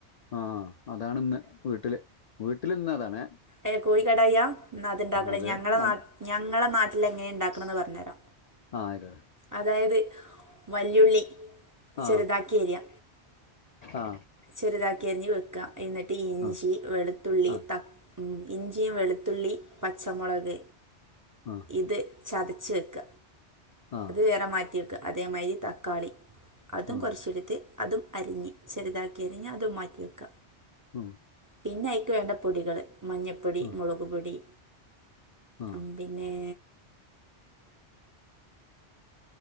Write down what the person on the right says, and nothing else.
ഏ കോഴികടായ്യാ ന്നത്ണ്ടാക്കണെ
ഞങ്ങളെ ഞങ്ങളെ നാട്ടിലെങ്ങനെ ണ്ടാക്കണ്ന്ന് പറഞ്ഞെരാ.
അതായത് വല്ല്യുളളി.
ചെറ്താക്കി അരിയ
ചെറ്താക്കി അരിഞ്ഞ് വെക്ക എന്നിട്ട് ഇഞ്ചി
വെളുത്തുള്ളി
ത ഇം ഇഞ്ചിയും വെളുത്തുള്ളി പച്ചമൊളക്.
ഇത് ചതച്ച് വെക്ക
അത് വേറെ മാറ്റി വെക്ക അതേമായ്രി തക്കാളി അതും
കുറച്ചെട്ത്ത്. അതും അരിഞ് ചെറ്താക്കി അരിഞ്ഞ് അതും മാറ്റിവെക്ക
പിന്നയ്ക്ക് വേണ്ട പൊടികള് മഞ്ഞപ്പൊടി
മുളക്പൊടി
ഉം. പിന്നേ.